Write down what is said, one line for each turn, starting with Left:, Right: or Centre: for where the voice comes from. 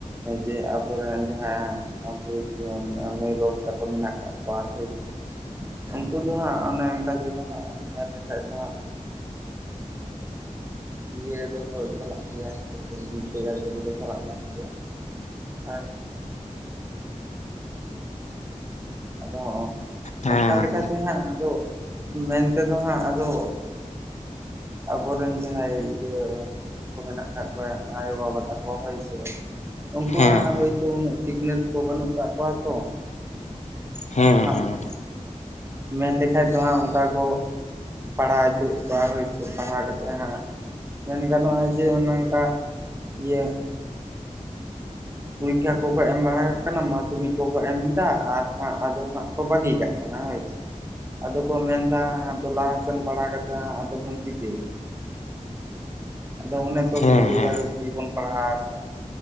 Right: ᱡᱮ ᱟᱵᱚᱨᱮᱱ ᱡᱟᱦᱟᱸ ᱟᱵᱚ ᱡᱩᱣᱟᱹᱱ ᱢᱟᱹᱭ ᱵᱟᱹᱵᱩ ᱛᱟᱠᱚ ᱢᱮᱱᱟᱜ ᱠᱟᱜ ᱠᱚᱣᱟ ᱦᱳᱭ ᱩᱝᱠᱩ ᱫᱚ ᱦᱟᱸᱜ ᱚᱱᱮ ᱚᱱᱠᱟ ᱛᱮᱫᱚ ᱦᱟᱸᱜ ᱢᱮᱱ ᱞᱮᱠᱷᱟᱡ ᱫᱚ ᱦᱟᱸᱜ ᱦᱸ ᱤᱭᱟᱹ ᱫᱚᱠᱚ ᱪᱟᱞᱟᱜ ᱜᱮᱭᱟ ᱦᱳᱭᱥᱮ ᱵᱤᱨᱤᱫᱽᱫᱟᱹᱜᱟᱲ ᱠᱚᱫᱚ ᱠᱚ ᱪᱟᱞᱟᱜ ᱠᱟᱱ ᱜᱮᱭᱟ, ᱟᱨ ᱟᱫᱚ
Left: ᱦᱮᱸ
Right: ᱚᱱᱠᱟ ᱞᱮᱠᱟᱛᱮ ᱦᱟᱸᱜ ᱟᱫᱚ ᱢᱮᱱ ᱛᱮᱫᱚ ᱦᱟᱸᱜ ᱟᱫᱚ ᱟᱵᱚᱨᱮᱱ ᱡᱟᱦᱟᱸᱭ ᱤᱭᱟᱹ ᱢᱮᱱᱟᱜ ᱠᱟᱜ ᱠᱚᱣᱟ ᱟᱭᱳᱼᱵᱟᱵᱟ ᱛᱟᱠᱚ ᱦᱚᱭᱥᱮ, ᱩᱱᱠᱩ
Left: ᱦᱮᱸ
Right: ᱦᱟᱸᱜ
Left: ᱦᱮᱸ
Right: ᱦᱳᱭᱛᱳ ᱩᱱᱟᱹᱜ ᱥᱤᱠᱷᱱᱟᱹᱛ ᱠᱚ ᱵᱟᱹᱱᱩᱜ ᱠᱟᱜ ᱠᱚᱣᱟ ᱛᱚ᱾
Left: ᱦᱮᱸ
Right: ᱟᱫᱚ ᱦᱟᱸᱜ
Left: ᱦᱮᱸ
Right: ᱢᱮᱱ ᱞᱮᱠᱟᱡ ᱫᱚ ᱦᱟᱸᱜ ᱚᱱᱠᱟ ᱠᱚ ᱯᱟᱲᱦᱟᱣ ᱦᱚᱪᱚᱭᱮᱫ ᱠᱚᱭᱟ ᱦᱩᱭ ᱥᱮ ᱯᱟᱲᱦᱟᱣ ᱠᱟᱛᱮᱜ ᱦᱟᱸᱜ ᱢᱮᱱ ᱜᱟᱱᱚᱜᱼᱟ ᱡᱮ ᱚᱱᱮ ᱚᱝᱠᱟ ᱤᱭᱟᱹ ᱯᱚᱨᱤᱠᱷᱟ ᱠᱚᱠᱚ ᱮᱢ ᱵᱟᱲᱟ ᱠᱟᱱᱟ ᱢᱟᱫᱽᱫᱷᱚᱢᱤᱠ ᱠᱚᱠᱚ ᱮᱢ ᱫᱟ, ᱟᱨ ᱦᱟᱸ ᱟᱫᱚ ᱦᱟᱸᱜ ᱠᱚ ᱵᱟᱹᱜᱤ ᱠᱟᱜ ᱠᱟᱱᱟ ᱦᱳᱭᱥᱮ᱾ ᱟᱫᱚ ᱠᱚ ᱢᱮᱱᱫᱟ ᱟᱫᱚ ᱞᱟᱦᱟᱥᱮᱱ ᱯᱟᱲᱦᱟᱣ ᱠᱟᱛᱮ ᱟᱫᱚ ᱵᱚᱱᱱ ᱪᱤᱠᱟᱹᱭᱟ? ᱟᱫᱚ ᱚᱱᱮ ᱛᱚ
Left: ᱦᱮᱸ
Right: ᱵᱤᱫᱟᱹᱜᱟᱲ
Left: ᱦᱮᱸ
Right: ᱫᱷᱟᱵᱤᱡ ᱵᱚᱱ ᱯᱟᱲᱦᱟᱣ ᱠᱟᱱᱟ